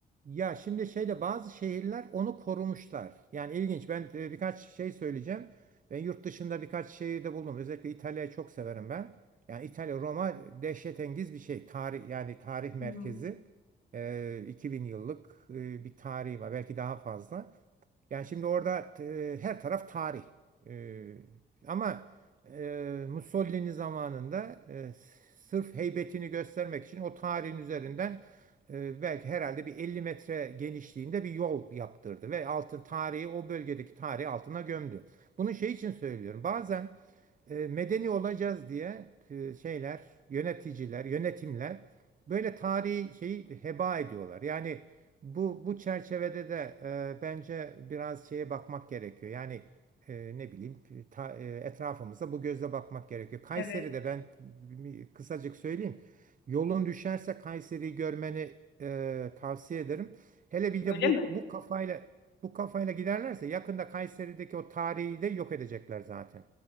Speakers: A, on the right; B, on the left.
A: Ya şimdi şeyde bazı şehirler onu korumuşlar. Yani ilginç. Ben e, birkaç şey söyleyeceğim. Ben yurt dışında birkaç şehirde bulundum. Özellikle İtalya'yı çok severim ben. Yani İtalya, Roma dehşetengiz bir şey. Tarih yani tarih merkezi.
B: Hmm,
A: E, 2000 yıllık e, bir tarihi var. Belki daha fazla. Yani şimdi orada e, her taraf tarih. E, ama e, Mussolini zamanında e, sırf heybetini göstermek için o tarihin üzerinden e, belki herhalde bir 50 metre genişliğinde bir yol yaptırdı ve altın tarihi o bölgedeki tarihi altına gömdü. Bunu şey için söylüyorum. Bazen e, medeni olacağız diye e, şeyler, yöneticiler, yönetimler Böyle tarihi şeyi heba ediyorlar. Yani bu bu çerçevede de e, bence biraz şeye bakmak gerekiyor. Yani e, ne bileyim ta- e, etrafımıza bu gözle bakmak gerekiyor. Kayseri'de
B: evet.
A: ben bir- kısacık söyleyeyim. Yolun düşerse Kayseri'yi görmeni e, tavsiye ederim. Hele bir de
B: Öyle
A: bu
B: mi?
A: bu kafayla bu kafayla giderlerse yakında Kayseri'deki o tarihi de yok edecekler zaten.